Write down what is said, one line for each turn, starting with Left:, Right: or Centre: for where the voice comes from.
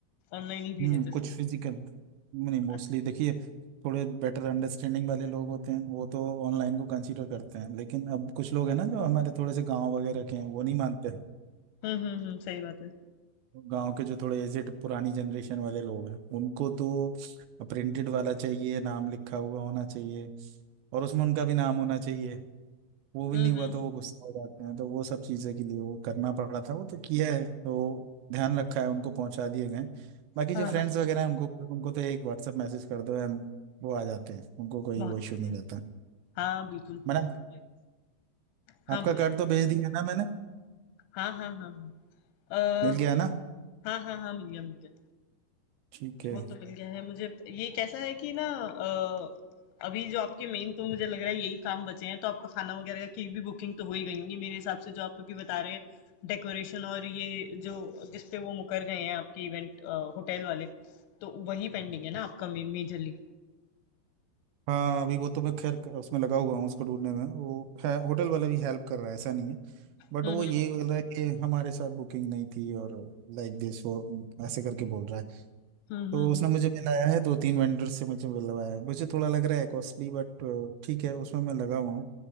Left: ऑनलाइन ही
Right: हम्म
Left: भेजे थे सबको?
Right: कुछ फिजिकल नहीं मोस्टली
Left: अच्छा, अच्छा।
Right: देखिए थोड़े बेटर अंडरस्टैंडिंग वाले लोग होते हैं वो तो ऑनलाइन को कंसीडर करते हैं लेकिन अब कुछ लोग हैं ना जो हमारे थोड़े से गांव वगैरह के हैं वो नहीं मानते
Left: हुँ, हुँ, हुँ, सही बात है।
Right: गांव के जो थोड़े एजेड पुरानी जनरेशन वाले लोग हैं उनको तो प्रिंटेड वाला चाहिए नाम लिखा हुआ होना चाहिए और उसमें उनका भी नाम होना चाहिए वो भी
Left: हुँ,
Right: नहीं
Left: हुँ,
Right: हुआ तो
Left: हुँ।
Right: वो गुस्सा हो जाते हैं तो वो सब चीज़ें के लिए वो करना पड़ा था वो तो किया है तो ध्यान रखा है उनको पहुंचा दिए गए बाकी
Left: हाँ,
Right: जो फ्रेंड्स
Left: हाँ, हाँ।
Right: वगैरह हैं उनको उनको तो एक व्हाट्सएप मैसेज कर दो एंड वो आ जाते हैं उनको कोई
Left: बहुत
Right: वो इशू
Left: ही बढ़िया।
Right: नहीं रहता
Left: हाँ, बिल्कुल। तो
Right: मैंने
Left: एक- हाँ,
Right: आपका
Left: बोलिए।
Right: कार्ड तो भेज दिया है ना मैंने
Left: हाँ, हाँ, हाँ, हाँ। अ,
Right: मिल गया है ना
Left: हाँ, हाँ, हाँ, मिल गया, मिल गया।
Right: ठीक है
Left: वो तो मिल गया है मुझे ये कैसा है कि ना अ, अभी जो आपके मेन तो मुझे लग रहा है यही काम बचे हैं तो आपका खाना वगैरह की भी बुकिंग तो हो ही गई होंगी मेरे हिसाब से जो आप अभी बता रहे हैं डेकोरेशन और ये जो जिस पे वो मुकर गए हैं आपके इवेंट होटल वाले तो वही पेंडिंग है ना आपका मेजरली
Right: हाँ अभी वो तो मैं खैर उसमें लगा हुआ हूँ उसको ढूंढने में वो है होटल वाला भी हेल्प कर रहा है ऐसा नहीं है
Left: हम्म
Right: बट वो
Left: हम्म
Right: ये बोल रहा है कि हमारे साथ बुकिंग नहीं थी और लाइक दिस वो ऐसे करके बोल रहा है
Left: हम्म
Right: तो उसने मुझे मिलाया है दो तीन वेंडर से मुझे मिलवाया है मुझे थोड़ा लग रहा है कॉस्टली बट ठीक है उसमें मैं लगा हुआ हूँ